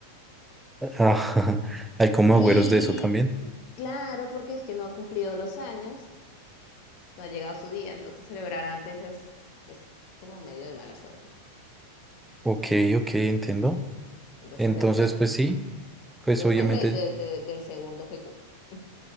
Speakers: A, in the centre; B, on the left.
A: ah, <laughs> hay como
B: Sí,
A: agüeros de eso también.
B: Claro, porque es que no ha cumplido los años, no ha llegado su día, entonces celebrar antes es, es como medio de mala suerte.
A: Ok, ok, entiendo.
B: Entonces
A: Entonces,
B: después,
A: pues sí. Pues
B: después
A: obviamente,
B: de- de- de- del segundo que cumple. <laughs>